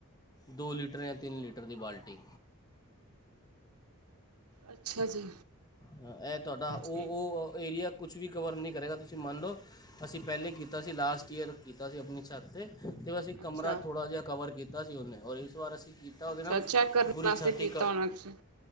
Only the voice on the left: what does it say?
ਦੋ ਲੀਟਰ ਜਾਂ ਤਿੰਨ ਲੀਟਰ ਦੀ ਬਾਲਟੀ
ਇਹ ਤੁਹਾਡਾ ਉਹ
ਉਹ
ਏਰੀਆ ਕੁਛ ਵੀ ਕਵਰ ਨਹੀਂ ਕਰੇਗਾ ਤੁਸੀਂ ਮੰਨ ਲਓ ਅਸੀਂ ਪਹਿਲੇ ਕੀਤਾ ਸੀ ਲਾਸਟ ਈਅਰ ਕੀਤਾ ਸੀ ਆਪਣੀ ਛੱਤ ਤੇ ਤੇ ਅਸੀਂ ਕਮਰਾ
ਥੋੜ੍ਹਾ ਜਿਹਾ ਕਵਰ ਕੀਤਾ ਕੀਤਾ ਸੀ ਉਹਨੇ ਔਰ ਇਸ ਵਾਰ ਅਸੀਂ ਕੀਤਾ ਉਹਦੇ
ਨਾਲ
ਤੇ ਪੂਰੀ
ਛਾਤੀ
ਈ